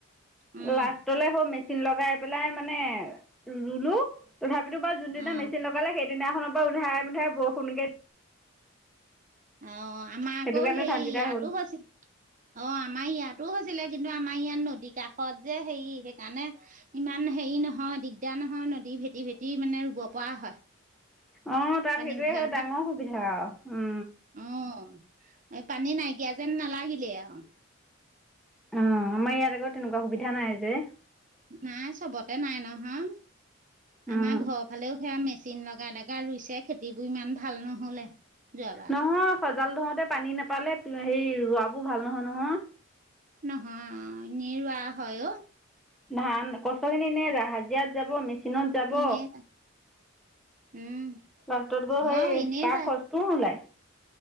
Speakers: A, on the right; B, in the centre.
A: অঁ
B: লাষ্টলে হ' মেচিন লগাই পেলাই মানে ৰুলো তথাপিতো বাও যোনদিনা
A: অঁ
B: মেচিন লগালে সেইদিনাখনৰ পৰা উধাই মূধাই বৰষুণকে
A: অ আমাৰ
B: সেইটো
A: আকৌ
B: কাৰণে
A: হেৰি
B: ধানকেইটা
A: ইয়াতো
B: হ'ল
A: হৈছিল অ আমাৰ ইয়াতো হৈছিলে কিন্তু আমাৰ ইয়াত নদী কাষত যে হেৰি সেইকাৰণে ইমান হেৰি নহয় দিগদাৰ নহয় নদী ভেটি ভেটি মানে ৰুব পৰা হয়
B: অঁ তাত
A: পানী
B: সেইটোৱে
A: উঠাই
B: ডাঙৰ সুবিধা আৰু
A: অঁ এ পানী নাইকিয়া যেন নালাগিলে আৰু
B: অ আমাৰ ইয়াত আকৌ তেনেকুৱা সুবিধা নাই যে
A: নাই চবতে নাই নহয়
B: উম
A: আমাৰ ঘৰৰ ফালেও সেয়া মে চিন লগাই লগাই ৰুইছে খেতিবোৰ ইমান ভাল নহ'লে। যোৱাবাৰ
B: নহয় সজাল ধৰোতে পানী নাপালে হেৰি ৰোৱাবোৰ ভাল নহয় নহয়।
A: নহয় এনেই ৰোৱা হয় অ।
B: ধান, কষ্টখিনি এনেই হাজিৰাত যাব, মেচিনত যাব
A: এনেই উম
B: লাষ্টত গৈ সেই
A: হয় এনেই
B: তাৰ
A: যায়
B: খৰচটোও নোলায়।